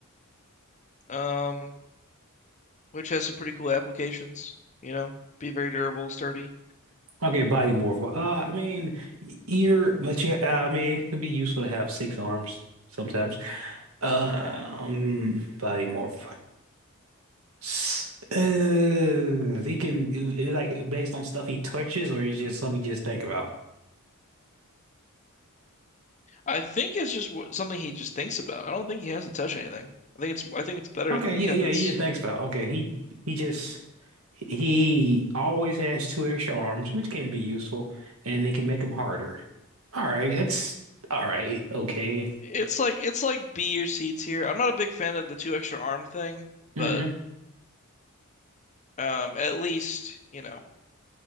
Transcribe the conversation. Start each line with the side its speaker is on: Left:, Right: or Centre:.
Left: Um, which has some pretty cool applications, you know, be very durable, sturdy.
Right: Okay, body morph. Well, Uh, I mean, y- but yeah, uh, I mean, it can be useful to have six arms sometimes. Um, body morph. S- Uh, he can, i- i- like, based on stuff he touches, or is just Let me just think about?
Left: I think it's just w something he just thinks about. I don't think he has to touch anything. I think it's I think it's better
Right: Okay,
Left: than
Right: yeah,
Left: Kevin's.
Right: yeah, he just thanks pal. Okay, he he just he always has two extra arms, which can be useful, and they can make him harder. All right, that's all right. Okay.
Left: It's like it's like B or C tier. I'm not a big fan of the two extra arm thing,
Right: Mm-hmm.
Left: but um, at least, you know,